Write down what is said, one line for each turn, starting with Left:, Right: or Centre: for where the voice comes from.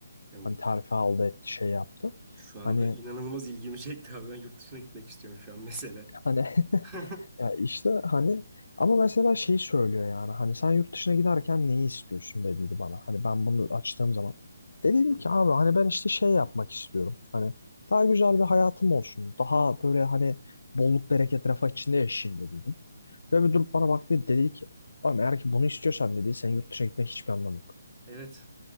Right: Yani
Left: Hani terfi aldı etti şey yaptı.
Right: şu anda
Left: Hani
Right: inanılmaz ilgimi çekti abi. Ben yurt dışına gitmek istiyorum şu an mesela.
Left: Hani <laughs>
Right: <laughs> Hı.
Left: ya işte hani ama mesela şeyi söylüyor yani hani sen yurt dışına giderken neyi istiyorsun dediydi bana. Hani ben bunu açtığım zaman de dedim
Right: Hı
Left: ki abi hani ben işte şey yapmak istiyorum. Hani daha güzel bir hayatım olsun. Daha böyle hani bolluk bereket refah içinde yaşayayım dediydim. Ve bir durup bana baktı dedi ki ama eğer ki bunu istiyorsan dedi sen yurt dışına gitmenin hiçbir anlamı yok.
Right: Evet.